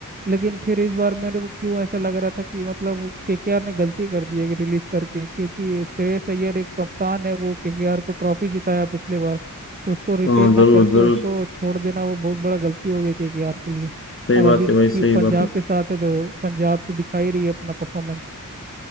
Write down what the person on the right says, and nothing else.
लेकिन फिर इस बार मेरे को क्यों ऐसा लग रहा था कि मतलब केकेआर ने गलती कर दी है रिलीज करके क्योंकि श्रेयस अय्यर एक कप्तान है वो केकेआर को ट्रॉफी जिताया पिछले बार तो उसको रिटेन
ना
करके
उसको छोड़ देना वो बहुत बड़ा गलती हो गई केकेआर के लिए
और अभी
की
पंजाब
के साथ है तो पंजाब तो दिखा ही रही है अपना परफॉर्मेंस